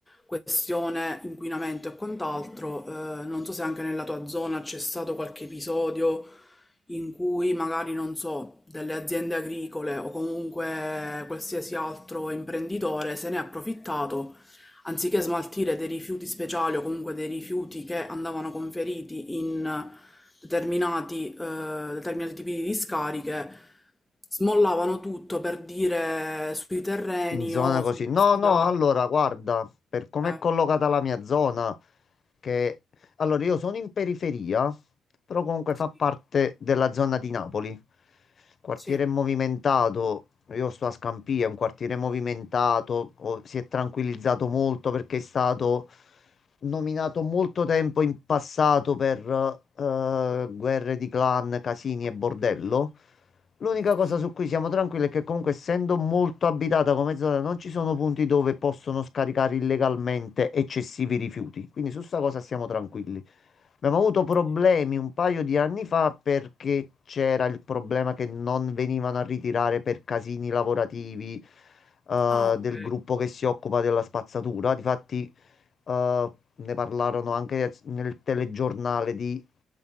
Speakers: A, in the centre; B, on the left.
A: questione inquinamento e quant'altro. Eh, non so se anche nella tua zona c'è stato qualche episodio in cui magari, non so, delle aziende agricole o comunque qualsiasi altro imprenditore se ne è approfittato anziché smaltire dei rifiuti speciali o comunque dei rifiuti che andavano conferiti in eh, determinati, eh, determinati tipi di discariche, smollavano tutto per dire sui terreni
B: In zona
A: o
B: così.
A: sui
B: No,
A: corsi
B: no,
A: d'acqua.
B: allora, guarda, per com'è
A: Eh,
B: collocata la mia zona, che... Allora, io sono in periferia, però comunque
A: sì,
B: fa parte della zona di Napoli. Quartiere
A: sì,
B: movimentato, io sto a Scampia, è un quartiere movimentato, o- si è tranquillizzato molto perché è stato nominato molto tempo in passato per eh, guerre di clan, casini e bordello. L'unica
A: sì,
B: cosa su cui siamo tranquilli è che comunque essendo molto abitata come zona non ci sono punti dove possono scaricare illegalmente eccessivi rifiuti. Quindi su sta cosa siamo tranquilli. Abbiamo avuto problemi
A: sì.
B: un paio di anni fa perché c'era il problema che non venivano a ritirare per casini lavorativi eh,
A: Ah, ok.
B: del gruppo che si occupa della spazzatura. Difatti, eh, ne parlarono anche nel telegiornale di